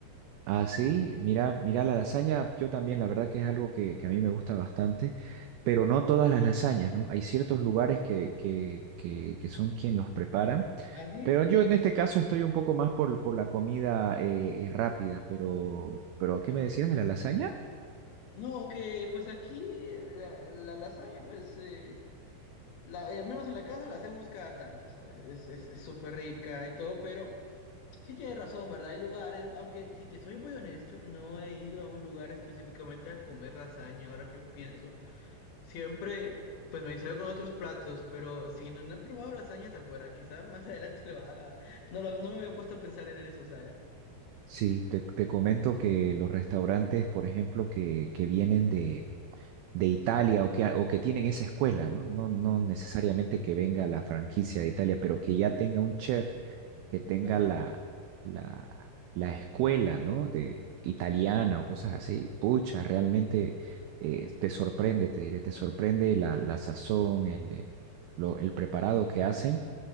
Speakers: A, on the right; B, on the left.
A: Ah, sí,
B: Sí.
A: mira, mira la lasaña, yo también, la verdad que es algo que, que a mí me gusta bastante, pero no todas las lasañas, ¿no? Hay ciertos lugares que, que, que, que son quien los preparan,
B: ¿Ah, sí?
A: pero yo en este caso estoy un poco más por, por la comida eh, eh, rápida, pero, pero ¿qué me decías de la lasaña?
B: No, que pues aquí la, la lasaña, pues, eh, la, al menos en la casa la hacemos cada tanto, ¿sabes? Es, es, es súper rica y todo, pero sí tienes razón, ¿verdad? Hay lugares, aunque si te soy muy honesto, no he ido a un lugar específicamente a comer lasaña, ahora que lo pienso. Siempre, pues me distraigo con otros platos, pero si no, no he probado lasañas afuera, quizás <laughs> más adelante lo haga. No, lo- no me había puesto a pensar en eso, ¿sabes?
A: Sí, te, te comento que los restaurantes, por ejemplo, que, que vienen de de Italia o que, o que tienen esa escuela, ¿no? No, no necesariamente que venga la franquicia de Italia, pero que ya tenga un chef, que tenga
B: Ajá.
A: la, la, la escuela, ¿no? De italiana o cosas así. Pucha, realmente eh, te sorprende, te diré, te sorprende la, la sazón, el, el, lo- el preparado que hacen.